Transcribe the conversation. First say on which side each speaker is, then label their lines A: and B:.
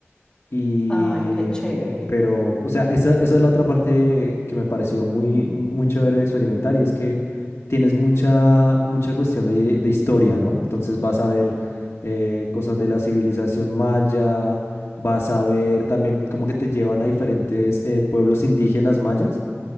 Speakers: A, on the left; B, on the left.
A: Y,
B: Ay, qué chévere.
A: pero, o sea, esa, esa es la otra parte que me pareció muy, muy chévere de experimentar y es que tienes mucha, mucha cuestión de, de historia, ¿no? Entonces vas a ver eh, cosas de la civilización maya, vas a ver también como que te llevan a diferentes eh, pueblos indígenas mayas